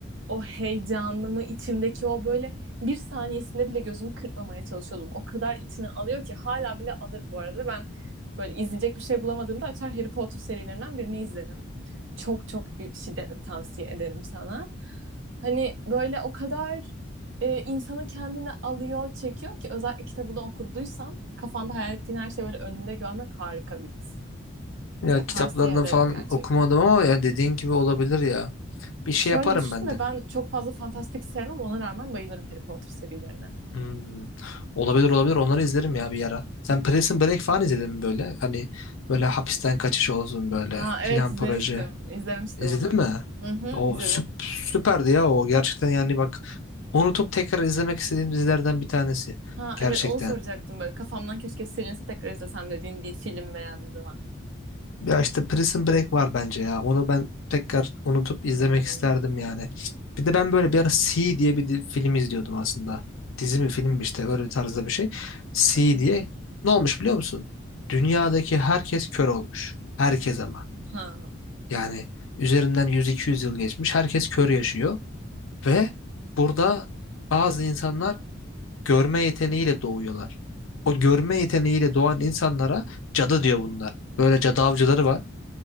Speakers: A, on the right; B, on the left.
A: o heyecanımı, içimdeki o böyle bir saniyesinde bile gözümü kırpmamaya çalışıyordum. O kadar içine alıyor ki hala bile alır bu arada. Ben böyle izleyecek bir şey bulamadığımda açar Harry Potter serilerinden birini izlerim. Çok çok büyük şiddetle tavsiye ederim sana. Hani böyle o kadar e, insanı kendine alıyor, çekiyor ki özellikle kitabını okuduysan kafanda hayal ettiğin her şeyi böyle önünde görmek harika bir his.
B: Ya
A: Ya tavsiye
B: kitaplarını
A: ederim
B: falan
A: gerçekten.
B: okumadım ama ya dediğin gibi olabilir ya. Bir şey
A: Şöyle
B: yaparım
A: düşünme
B: ben de.
A: ben çok fazla fantastik sevmem ona rağmen bayılırım Harry Potter serilerine.
B: Hmm. Olabilir olabilir onları izlerim ya bir ara. Sen Prison Break falan izledin mi böyle? Hani böyle hapisten kaçış olsun böyle
A: Aa evet
B: plan
A: izlemiştim.
B: proje.
A: İzlemiştim
B: İzledin
A: onu.
B: mi?
A: Hı hı
B: O
A: izledim.
B: süp, süperdi ya o gerçekten yani bak unutup tekrar izlemek istediğim dizilerden bir tanesi.
A: Ha
B: Gerçekten.
A: evet onu soracaktım böyle kafamdan keşke silinse tekrar izlesem dediğin bir film veya dizi var mı?
B: Ya işte Prison Break var bence ya. Onu ben tekrar unutup izlemek
A: Hmm.
B: isterdim yani. Bir de ben böyle bir ara C diye bir di- film izliyordum aslında. Dizi mi film mi işte öyle bir tarzda bir şey. C
A: Hı hı.
B: diye. Ne olmuş biliyor musun? Dünyadaki herkes kör olmuş. Herkes ama.
A: Ha.
B: Yani üzerinden 100-200 yıl geçmiş. Herkes kör yaşıyor. Ve burada bazı insanlar görme yeteneğiyle doğuyorlar. O görme yeteneğiyle doğan insanlara cadı diyor bunlar. Böyle cadı avcıları var.